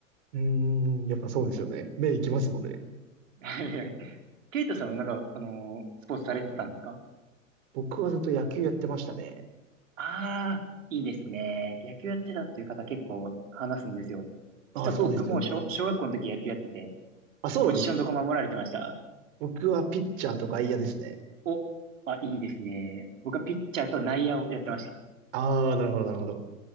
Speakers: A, on the right; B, on the right.
A: うーん、やっぱそうですよね。
B: あ
A: 目いきますもんね。
B: <laughs> ケイトさんはなんか、あのースポーツされてたんですか
A: 僕はずっと野球やってましたね。
B: ああー、いいですね。野球やってたっていう方結構話すんですよ。
A: ああ、
B: 実は僕も小、
A: そうですよね。
B: 小学校の時野球やってて、
A: あ、そうなんですか。
B: ポジションどこ守られてました
A: 僕はピッチャーと外野ですね。
B: お、あ、いいですね。僕はピッチャーと内野をやってました。
A: ああ、なるほど、なるほど。